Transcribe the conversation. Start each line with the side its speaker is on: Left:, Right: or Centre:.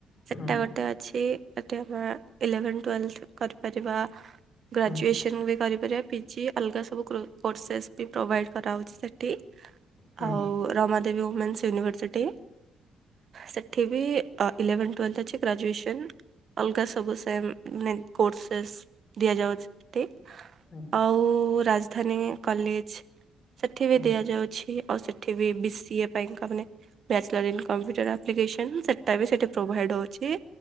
Right: ସେଟା
Left: ହୁଁ
Right: ଗୋଟେ ଅଛି। <unintelligible> ଇଲେଭେନ୍, ଟୁଏଲଥ କରିପାରିବା ଗ୍ରାଜୁଏସନ
Left: ହୁଁ
Right: ବି କରିପାରିବା। ପି ପିଜି ଅଲଗା ସବୁ କୋ କୋର୍ସସେ ବି ପ୍ରୋଭାଇଡ଼ କରାହଉଚି ସେଠି।
Left: ହୁଁ
Right: ଆଉ
Left: ହୁଁ
Right: ରମା <unintelligible> ଉମେନ୍ସ ୟୁନିଭର୍ସିଟ। ସେଠି ବି ଅ ଇଲେଭନଥ, ଟୁଏଲଥ ଅଛି ଗ୍ରାଜୁଏସନ୍ ଅଲଗା ସବୁ ସେମ କୋର୍ସସେ ଦିଆଯାଉଚି ସେଠି।
Left: ହୁଁ
Right: ଆଉ ରାଜଧାନୀ କଲେଜ୍ ସେଠି ବି
Left: ହୁଁ ହୁଁ ହୁଁ ହୁଁ
Right: ଦିଆଯାଉଛି। ଆଉ ସେଠି BCA <unintelligible> bachelor in computer application ସେଟା ବି ସେଠି ପ୍ରୋଭାଇଡ଼ ହଉଚି।